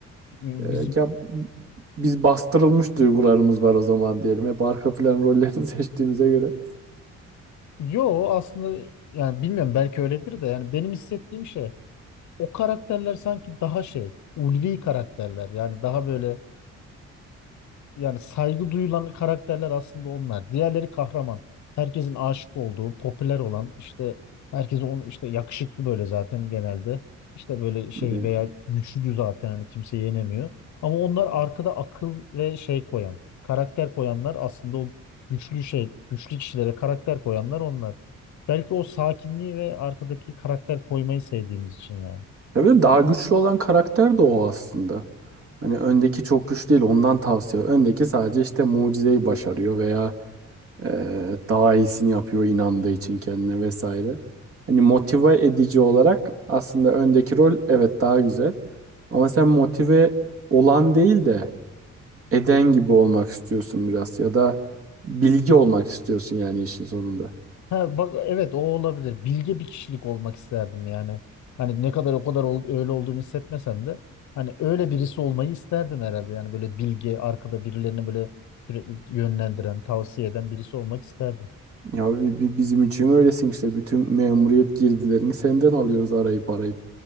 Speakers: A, on the left; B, on the right.
A: Bizim
B: e, ya biz bastırılmış duygularımız var o zaman diyelim. Hep arka plan rollerini <laughs> seçtiğimize göre.
A: yo aslında yani bilmiyorum belki öyledir de yani benim hissettiğim şey o karakterler sanki daha şey ulvi karakterler yani daha böyle Yani saygı duyulan karakterler aslında onlar. Diğerleri kahraman. Herkesin aşık olduğu, popüler olan, işte herkese onun işte yakışıklı böyle zaten genelde. İşte böyle şey
B: Evet.
A: veya güçlü zaten hani kimse yenemiyor. Ama onlar arkada akıl ve şey koyan, karakter koyanlar aslında o güçlü şey, güçlü kişilere karakter koyanlar onlar. Belki o sakinliği ve arkadaki karakter koymayı sevdiğimiz için yani.
B: Tabii daha güçlü olan karakter de o aslında. Hani öndeki çok güçlü değil ondan tavsiye. Öndeki sadece işte mucizeyi başarıyor veya e, daha iyisini yapıyor inandığı için kendine vesaire. Hani motive edici olarak aslında öndeki rol evet daha güzel. Ama sen motive olan değil de eden gibi olmak istiyorsun biraz ya da bilgi olmak istiyorsun yani işin sonunda.
A: Ha, bak evet o olabilir. Bilge bir kişilik olmak isterdim yani. Hani ne kadar o kadar ol- öyle olduğumu hissetmesem de hani öyle birisi olmayı isterdim herhalde. Yani böyle bilge arkada birilerini böyle sürekli yönlendiren, tavsiye eden birisi olmak isterdim.
B: Ya bi- bi- bizim için öylesin işte bütün memuriyet girdilerini senden alıyoruz arayıp arayıp.